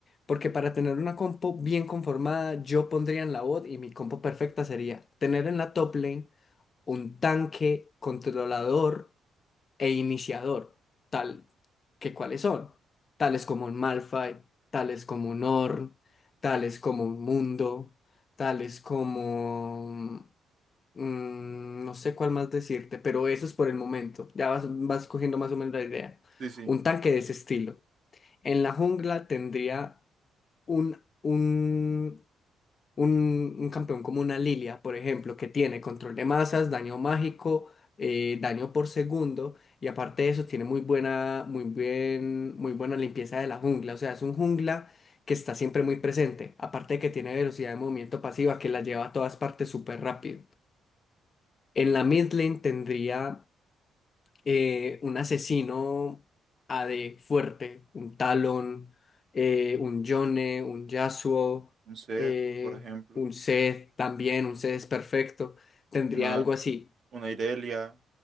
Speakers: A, on the left (about 40°); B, on the right (about 55°).
A: Porque para tener una compo bien conformada, yo pondría en la bot y mi compo perfecta sería tener en la top lane un tanque controlador e iniciador, tal que cuáles son, tales como un Malphite, tales como un Ornn, tales como un Mundo, tales como... mm, no sé cuál más decirte, pero eso es por el momento, ya vas, vas cogiendo más o menos la idea.
B: sí, sí.
A: Un tanque de ese estilo. En la jungla tendría un, un un, un campeón como una Lilia, por ejemplo, que tiene control de masas, daño mágico, eh, daño por segundo, y aparte de eso tiene muy buena, muy bien, muy buena limpieza de la jungla. O sea, es un jungla que está siempre muy presente. Aparte de que tiene velocidad de movimiento pasiva que la lleva a todas partes súper rápido. En la mid lane tendría eh, un asesino AD fuerte, un Talon, eh, un Yone, un Yasuo,
B: Un Zed,
A: eh,
B: por ejemplo,
A: un Zed también, un Zed es perfecto, tendría
B: una,
A: algo así.
B: una Irelia,